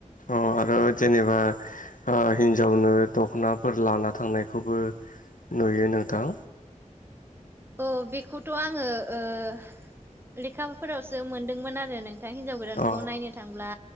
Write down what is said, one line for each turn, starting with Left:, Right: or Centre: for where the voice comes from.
Left: अ आरो जेनेबा ओ हिनजावनो दख'नाफोर लाना थांनायखौबो नुयो नोंथां
Right: अ बेखौथ' आङो ओ लेखाफोरावसो मोनदोंमोन आरो नों थां हिन्जाव गोदानखौ
Left: औ
Right: नायनो थांब्ला